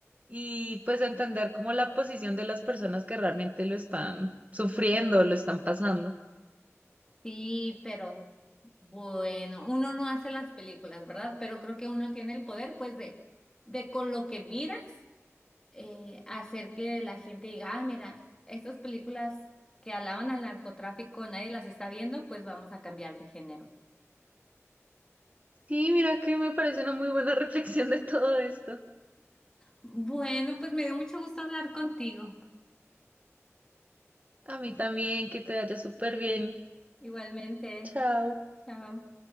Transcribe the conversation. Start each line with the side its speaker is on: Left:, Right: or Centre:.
Right: y pues entender como la posición de las personas que realmente lo están sufriendo, lo están pasando.
Left: Sí, pero bueno, uno no hace las películas, ¿verdad? Pero creo que uno tiene el poder, pues, de, de con lo que miras, eh, hacer que la gente diga, ah, mira, estas películas que alaban al narcotráfico, nadie las está viendo, pues vamos a cambiar de género.
Right: Sí, mira que me parece una muy buena <laughs> reflexión de todo esto.
Left: Bueno, pues me dio mucho gusto hablar contigo.
Right: A mí también, que te vaya súper bien.
Left: Igualmente,
Right: Chao.
Left: chao.